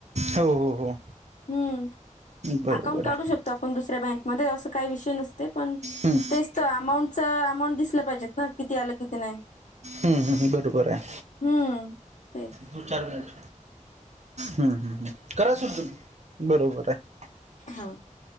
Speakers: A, on the right; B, on the left.
A: हो हो हो
B: हम्म,
A: बरोबर
B: अकाउंट काढू
A: आहे.
B: शकतो. तिथं आपण दुसऱ्या बँक मध्ये असं काय विषय नसते. पण
A: हं,
B: तेच तर अमाऊंटचं अमाऊंट तर, बघितलं पाहिजेत ना, किती आलं, किती नाही.
A: हम्म बरोबर आहे.
B: हम्म तेच
A: दोन-चार मिनिट हम्म, हम हम करायचं होत बरोबर आहे.
B: हा